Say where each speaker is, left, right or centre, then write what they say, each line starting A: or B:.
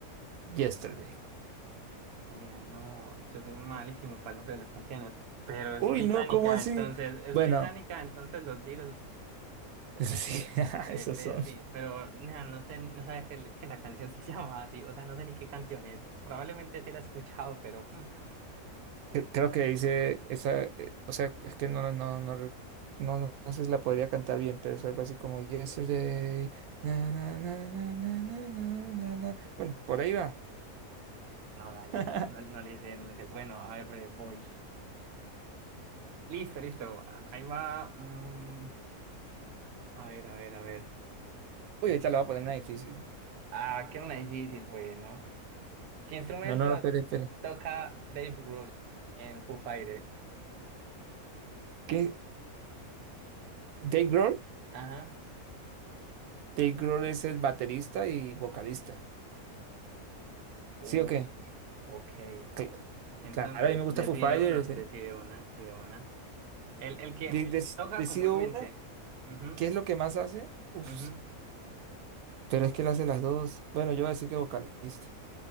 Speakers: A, on the right; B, on the right.
A: Yesterday?
B: Daniela, no, yo soy malísimo para el nombre de las canciones, pero es
A: Uy,
B: británica,
A: no, ¿cómo así?
B: entonces, es
A: Bueno,
B: británica, entonces los Beatles,
A: <laughs> eso sí, <laughs>
B: breve,
A: esos
B: breve,
A: son.
B: sí, pero nea, no sé, no sabía que, el- que la canción se <laughs> llamaba así, o sea, no sé ni qué canción es, probablemente sí la he escuchado, pero mm,
A: Cre- Creo que dice esa, eh, o sea, es que no, no, no, re- no, no, no sé si la podría cantar bien, pero es algo así como Yesterday, na, na, na, na, na, na, na, na, na". Bueno, por ahí va.
B: no, dale,
A: <laughs>
B: no, no no le sé, no le sé, bueno, a ver, breve, voy, listo, listo, ahí va, mm, a ver, a ver, a ver,
A: Uy, ahorita la voy a poner una difícil.
B: ah, que era una difícil, bueno, ¿qué instrumento?
A: No, no, no, espere, espere.
B: Toca Dave Grohl en Foo Fighters.
A: ¿Qué? ¿Dave Grohl?
B: Ajá.
A: Dave Grohl es el baterista y vocalista.
B: Uy,
A: ¿Sí o qué?
B: ok.
A: Cl-
B: Entonces,
A: claro, a mí me gusta
B: decide
A: Foo Fighters.
B: uno,
A: eh.
B: decide una, decide una. El, el que
A: De- dec-
B: toca
A: decido
B: comúnmente.
A: una,
B: Ujú,
A: ¿qué es lo que más hace? Uf,
B: ujú.
A: pero es que él hace las dos. Bueno, yo voy a decir que vocalista.